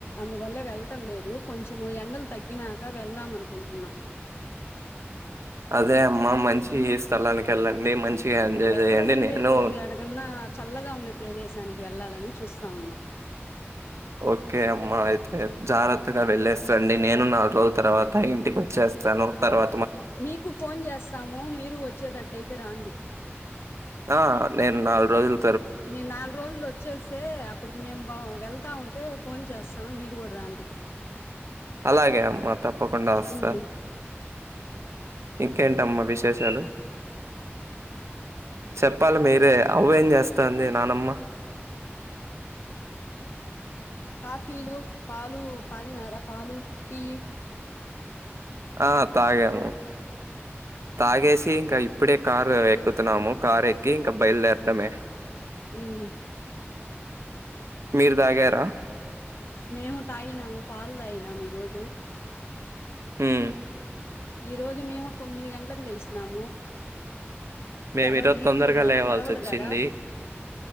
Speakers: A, on the left; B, on the right.
A: అందువల్ల వెళ్ళటం లేదు కొంచము ఎండలు తగ్గినాక వెళ్దాం అనుకుంటున్నాం.
B: అదే అమ్మ మంచి స్థలానికెళ్ళండి. మంచిగా ఎంజాయ్
A: ఎక్కడకంటే
B: చేయండి. నేను
A: కొద్దిగా ఏడికన్నా చల్లగా ఉండే ప్రదేశం. దానికి వెళ్ళాలని చూస్తా ఉన్నం.
B: ఓకే అమ్మా అయితే జారాత్తగా వెళ్ళేసి రండి నేను నాలురోల్ తర్వాత ఇంటికి వచ్చే స్తాను తర్వా
A: మీకు ఫోన్ చేస్తాము మీరు వచ్చేటట్టయితే రాండి.
B: ఆ నేన్ నాలు రోజుల్
A: మీమ్ నాల్ రోజుల్ వచ్చేస్తే అప్పుడుకి మేమ్ బా వెళ్తా ఉంటే ఫోన్ చేస్ ఆ మీరు గుడా రాండి
B: అలాగే అమ్మా తప్పకుండ వస్తా
A: ఉమ్
B: ఇంకేంటమ్మ విశేషాలు చెప్పాలి మీరే అవ్వేం చేస్తంది నానమ్మ
A: కాఫీలు పాలు తగినార పాలు, టీ
B: ఆ తాగాము తాగేసి ఇంక ఇప్పుడే కారు ఎక్కుతున్నాము. కార్ ఎక్కి ఇంక బయల్దేరడమే
A: హ్మ్
B: మీర్ తాగారా
A: మేము తాగినము పాలు తాగినాము ఈ రోజు
B: హ్మ్
A: ఈ రోజు మేము తొమ్మిది గంట్లకు లేసినాము.
B: మేము
A: సెలవుల్
B: ఈరోజు
A: లీవులు
B: తొందరగా
A: గా
B: లేవాల్సి
A: సెలవులు
B: వచ్చింది
A: గదా